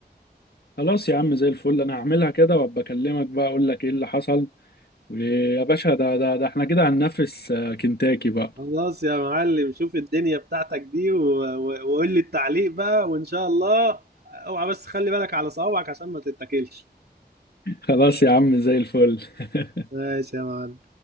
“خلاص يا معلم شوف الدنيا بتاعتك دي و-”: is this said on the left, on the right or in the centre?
Right